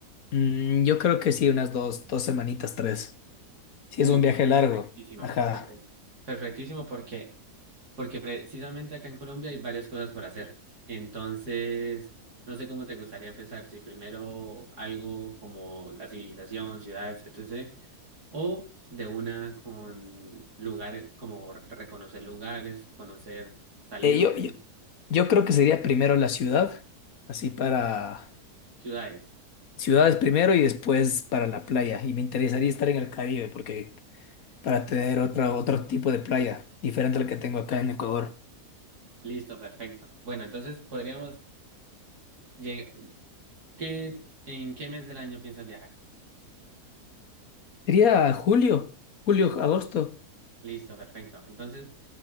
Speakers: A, on the left; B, on the right.
A: Mm, yo creo que sí, unas dos, dos semanitas, tres. Si
B: Uy,
A: es un
B: no,
A: viaje largo.
B: perfectísimo,
A: Ajá.
B: perfecto. Perfectísimo, porque porque precisamente acá en Colombia hay varias cosas por hacer. Entonces, no sé cómo te gustaría empezar, si primero algo como la civilización, ciudades, etcétera o de una con lugares, como reconocer lugares, conocer, salir
A: Eh, yo,
B: de
A: yo, yo creo que sería primero la ciudad, así para
B: ciudades.
A: ciudades primero y después para la playa. Y me interesaría estar en el Caribe, porque para tener otra, otro tipo de playa, diferente al que tengo acá en Ecuador.
B: Listo, perfecto. Bueno, entonces podríamos llegar, ¿qué, en qué mes del año piensas viajar?
A: Sería julio, julio, agosto.
B: Listo, perfecto. Entonces,